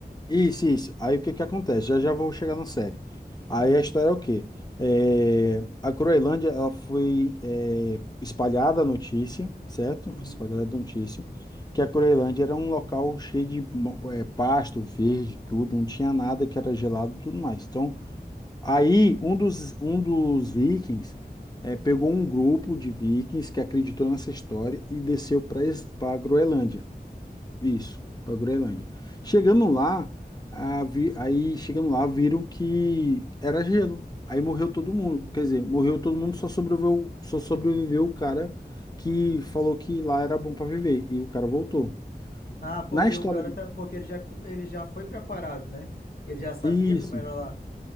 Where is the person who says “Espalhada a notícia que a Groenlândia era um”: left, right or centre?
Left